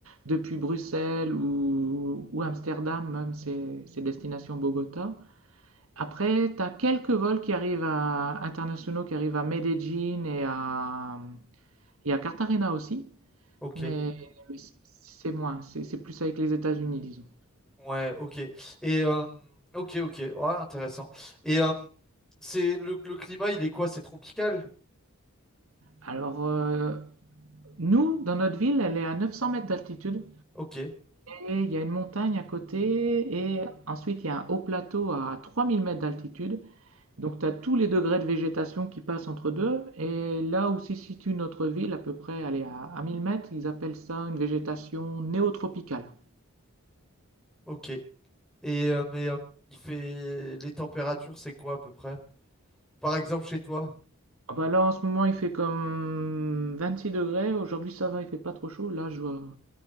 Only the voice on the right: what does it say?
Depuis Bruxelles ou, ou Amsterdam, même, c'est c'est destination Bogota. Après, tu as quelques vols qui arrivent à, internationaux qui arrivent à Medellín et à, et à Cartagena aussi,
mais, mais c'est moins, c'est c'est plus avec les États-Unis, disons.
Alors, euh, nous, dans notre ville, elle est à 900 mètres d'altitude.
Et il y a une montagne à côté, et ensuite il y a un haut plateau à 3000 mètres d'altitude. Donc tu as tous les degrés de végétation qui passent entre deux. Et là où se situe notre ville, à peu près, elle est à, à 1000 mètres, ils appellent ça une végétation néotropicale.
Ah bah là en ce moment il fait comme 26 degrés, aujourd'hui ça va, il fait pas trop chaud. Là je vois,